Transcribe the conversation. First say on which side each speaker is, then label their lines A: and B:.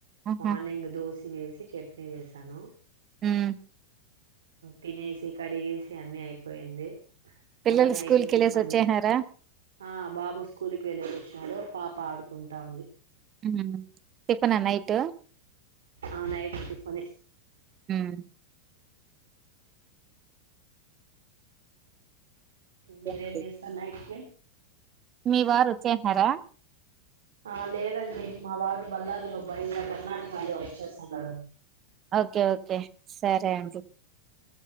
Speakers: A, on the right (about 30°); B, on the right (about 70°).
A: ఆహా
B: మార్నింగ్ దోశే. ఇడ్లీ వేసి, చట్నీ చేశాను.
A: మ్
B: తినేసి, కడిగేసి అన్ని అయిపోయింది.
A: పిల్లలు
B: మళ్ల నైటికి
A: స్కూల్ కెళ్ళేసి
B: టిఫిన్
A: వచ్చేసినారా
B: చే, ఆ బాబు స్ ఇప్పుడే లేచింనాడు, పాప ఆడుకుంటా ఉంది.
A: మ్మ్, టిఫినా నైట్.
B: ఆ, నైట్ టిఫిన్.
A: ఉమ్మ్
B: మీరేం
A: ఓకే అండి.
B: చేస్తారు నైట్‌కి?
A: మీ వారు వచ్చేయింటున్నారా?
B: ఆ, లేదండి. మా వారు బళ్లార్లో, అబ్బాయి కర్ణాటకలో వర్క్ చేస్తున్నారు.
A: Okay okay. సరే అండి.